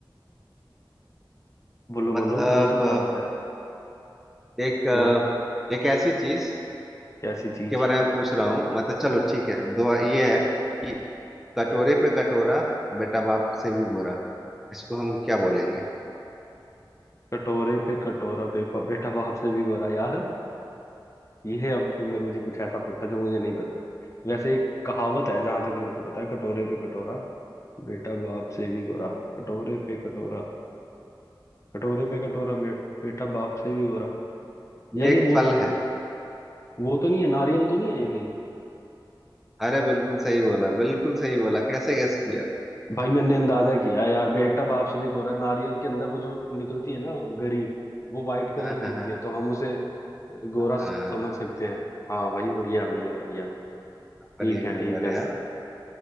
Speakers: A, on the left; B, in the centre.
A: बोलो
B: मतलब
A: बोलो कौन सी कहावत है
B: एक
A: कौन
B: एक ऐसी चीज
A: कैसी चीज
B: के बारे में पूछ रहा हूँ मतलब चलो ठीक है दो ये है कि कटोरे पे कटोरा बेटा बाप से भी गोरा इसको हम क्या बोलेंगे
A: कटोरे पे कटोरा बेपा, बेटा बाप से भी गोरा यार ये अब तुमने मुझे कुछ ऐसा पूछा जो मुझे नहीं पता वैसे एक कहावत है जहां तक मेरे को पता है कटोरे पे कटोरा बेटा बाप से भी गोरा कटोरे पे कटोरा कटोरे पे कटोरा बे, बेटा बाप से भी गोरा
B: ये
A: यार ये
B: एक
A: बहुत
B: फल है
A: वो तो नहीं है नारियल तो नहीं है ये कहीं
B: अरे बिल्कुल सही बोला बिल्कुल सही बोला कैसे गेस किया
A: भाई मैंने अंदाजा किया है यार बेटा बाप से भी गोरा नारियल के अंदर वो जो निकलती है ना गरी वो वाइट कलर
B: हाँ
A: की
B: हाँ
A: होती
B: हाँ
A: है तो हम उसे गोरा समझ
B: हाँ
A: सकते हैं हाँ भाई बढ़िया बढ़िया बढ़िया
B: नंबर
A: ठीक
B: एक
A: है
B: नंबर
A: ठीक है
B: है यार